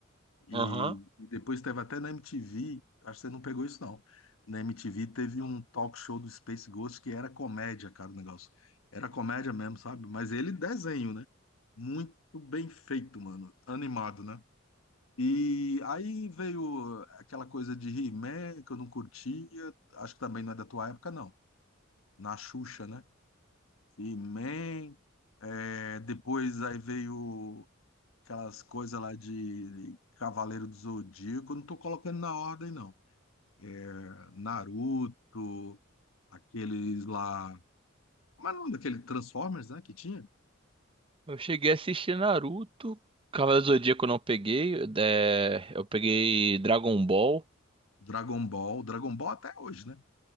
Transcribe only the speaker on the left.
E,
e depois teve até na MTV, acho que você não pegou isso não. Na MTV teve um talk show do Space Ghost que era comédia, cara, o negócio. Era comédia mesmo, sabe? Mas ele desenho, né? Muito bem feito, mano. Animado, né? E aí veio aquela coisa de He-Man que eu não curtia, acho que também não é da tua época, não. Na Xuxa, né? He-Man, é, depois aí veio aquelas coisas lá de Cavaleiro do Zodíaco, eu não tô colocando na ordem, não. É, Naruto, aqueles lá. Mas não daquele Transformers, né? Que tinha?
Dragon Ball, Dragon Ball até hoje, né?